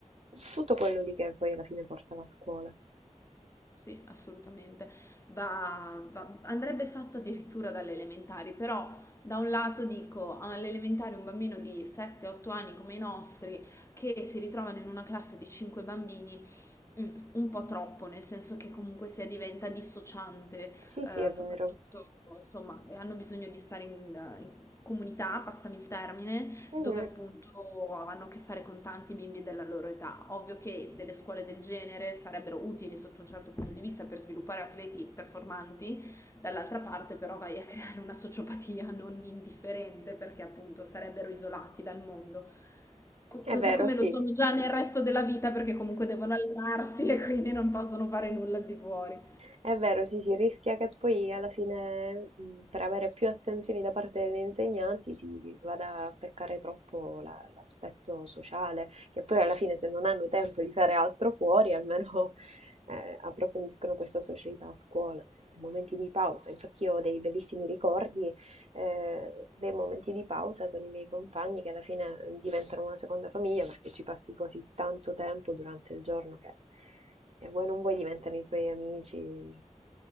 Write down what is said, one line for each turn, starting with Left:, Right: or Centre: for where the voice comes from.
Right: tutto quello lì che poi alla fine porta la scuola.
Left: Sì, assolutamente. Va, va- andrebbe fatto addirittura dalle elementari, però da un lato dico alle elementari un bambino di 7-8 anni come i nostri che si ritrovano in una classe di 5 bambini Mm, un po' troppo, nel senso che comunque sia diventa dissociante,
Right: Sì, sì,
Left: eh,
Right: è
Left: soprattutto
Right: vero.
Left: insomma, eh, hanno bisogno di stare in, eh, in comunità, passami il termine,
Right: Mhm,
Left: dove appunto hanno a che fare con tanti bimbi della loro età. Ovvio che delle scuole del genere sarebbero utili sotto un certo punto di vista per sviluppare atleti performanti, dall'altra parte però vai creare una sociopatia non indifferente perché appunto sarebbero isolati dal mondo. Co-
Right: È
Left: così
Right: vero,
Left: come
Right: sì.
Left: lo sono già nel resto della vita perché comunque devono allenarsi e quindi non possono fare nulla al di fuori.
Right: È vero, sì, si rischia che poi alla fine, mh, per avere più attenzioni da parte degli insegnanti, si vada a peccare troppo la- l'aspetto sociale, che poi alla fine se non hanno tempo di fare altro fuori, almeno <laughs> eh, approfondiscono questa socialità a scuola, nei momenti di pausa. Infatti io ho dei bellissimi ricordi eh, dei momenti di pausa con i miei compagni che alla fine eh, diventano una seconda famiglia perché ci passi così tanto tempo durante il giorno che eh, vuoi non vuoi diventano i tuoi amici.